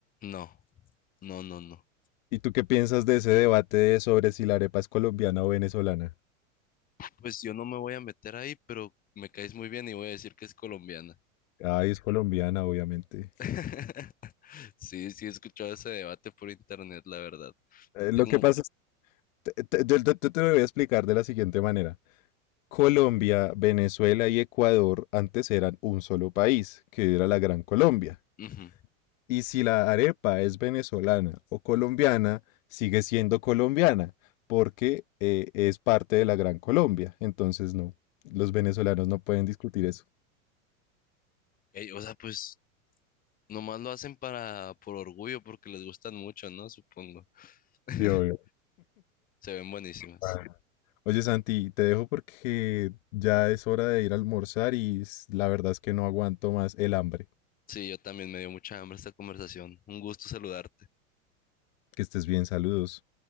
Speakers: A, on the left (about 20°); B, on the left (about 70°).
A: No, no, no, no.
B: ¿Y tú qué piensas de ese debate de sobre si la arepa es colombiana o venezolana?
A: Pues yo no me voy a meter ahí, pero me caes muy bien y voy a decir que es colombiana.
B: Ay, es colombiana, obviamente.
A: <laughs> Sí, sí, he escuchado ese debate por internet, la verdad.
B: Eh, lo
A: Tengo...
B: que pasa es, te, te- yo- yo- yo te lo voy a explicar de la siguiente manera. Colombia, Venezuela y Ecuador antes eran un solo país, que era la Gran Colombia.
A: ujú.
B: Y si la arepa es venezolana o colombiana, sigue siendo colombiana, porque eh, es parte de la Gran Colombia. Entonces, no, los venezolanos no pueden discutir eso.
A: Ok, o sea, pues nomás lo hacen para, por orgullo, porque les gustan mucho, ¿no? Supongo. <laughs>
B: Sí, obvio.
A: Se ven buenísimas.
B: Ah, Oye, Santi, te dejo porque ya es hora de ir a almorzar y s- la verdad es que no aguanto más el hambre.
A: Sí, yo también me dio mucha hambre esta conversación. Un gusto saludarte.
B: Que estés bien, saludos.